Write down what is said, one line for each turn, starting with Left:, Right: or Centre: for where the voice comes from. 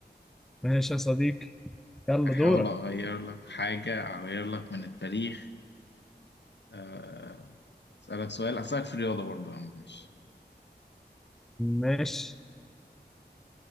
Centre: ماشي يا صديقي يلا
Left: احاول
Centre: دورك
Left: اغير لك حاجة اغير لك من التاريخ أه... اسألك سؤال اسألك في الرياضة برضه يا عم ماشي
Centre: ماشي